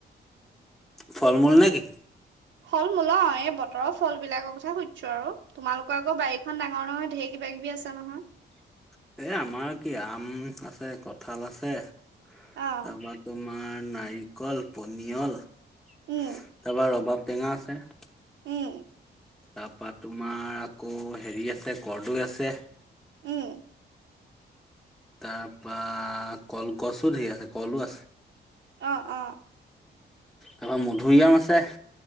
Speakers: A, in the centre; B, on the right.
A: ফল- মূল নেকি?
B: ফল মূল অঁ, এই বতৰৰ ফল বিলাকৰ কথা সুধিছো আৰু তোমালোকৰ আকৌ বাৰীখন ডাঙৰ নহয় ঢেৰ কি বা-কিবি আছে নহয়?
A: <inaudible> এ আমাৰ কি আ আম আছে, কঁঠাল আছে তাৰপৰা
B: অ',
A: তোমাৰ আমাৰ নাৰিকল, পনিয়ল তাৰপৰা
B: উম,
A: ৰৱাব টেঙা আছে ।
B: উম।
A: তাৰপা তোমাৰ আকৌ হেৰি আছে, কৰদৈ আছে ।
B: ওঁ
A: তাৰপা কলগছো ঢেই আছে, কলো আছে ।
B: অঁ, অঁ
A: তাপা মধুৰিআম আছে ।